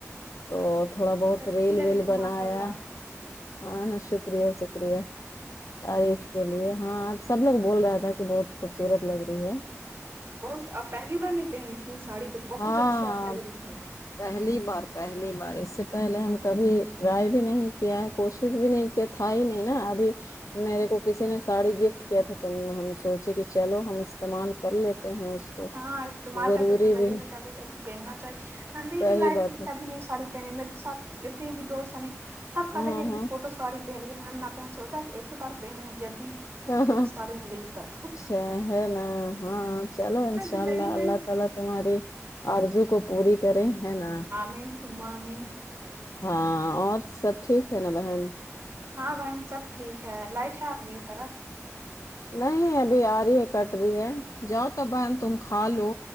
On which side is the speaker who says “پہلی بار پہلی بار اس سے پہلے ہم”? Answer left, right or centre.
Left